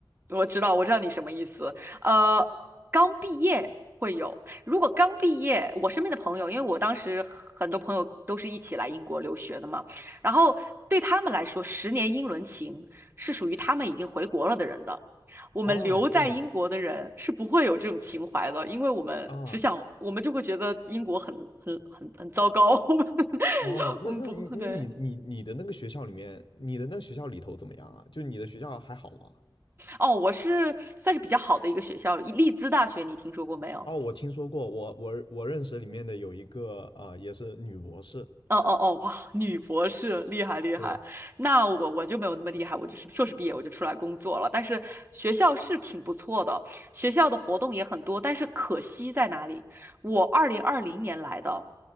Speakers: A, on the right; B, on the left.
A: 我知道，我知道你什么意思。呃，刚毕业会有，如果刚毕业，我身边的朋友，因为我当时很多朋友都是一起来英国留学的嘛，然后对他们来说，十年英伦情是属于他们已经回国了的人的。我们留在英国的人是不会有这种情怀的，
B: 哦对。
A: 因为我们只想，
B: 啊，
A: 我们就会觉得英国很很很很糟糕，<laughs> 我们
B: 哦，那那你那你你你的那个学校里面，
A: 我们不会，对。
B: 你的那个学校里头怎么样啊？就你的学校还好吗？
A: 哦，我是算是比较好的一个学校，利兹大学，你听说过没有？
B: 哦，我听说过，我我我认识里面的有一个呃，也是女博士。
A: 哦哦哦，哇，女博士厉害厉害，
B: 对，
A: 那我我就没有那么厉害，我就是硕士毕业我就出来工作了。但是学校是挺不错的，学校的活动也很多，但是可惜在哪里？我二零二零年来的，